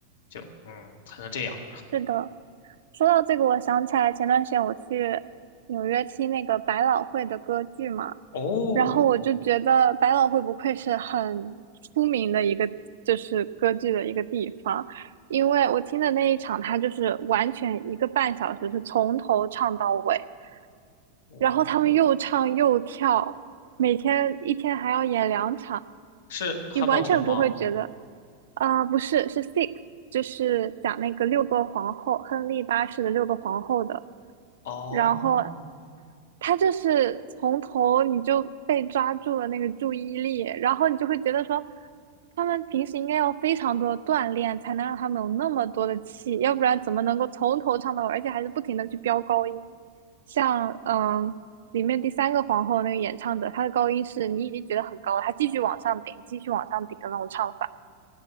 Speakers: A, on the left; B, on the right.
A: 就嗯才能这样。
B: 是的。说到这个，我想起来前段时间我去纽约听那个百老汇的歌剧嘛，
A: 哦
B: 然后我就觉得百老汇不愧是很出名的一个，就是歌剧的一个地方，因为我听的那一场，它就是完全一个半小时是从头唱到尾，
A: 哦，
B: 然后他们又唱又跳，每天一天还要演两场。
A: 是汉茂村吗？
B: 你完全不会觉得，啊、不是，是 Six，就是讲那个六个皇后，亨利八世的六个皇后的。
A: 哦。
B: 然后他就是从头你就被抓住了那个注意力，然后你就会觉得说，他们平时应该要非常多的锻炼，才能让他们有那么多的气，要不然怎么能够从头唱到尾，而且还是不停的去飙高音？像嗯，里面第三个皇后那个演唱者，她的高音是你已经觉得很高了，她继续往上顶，继续往上顶的那种唱法。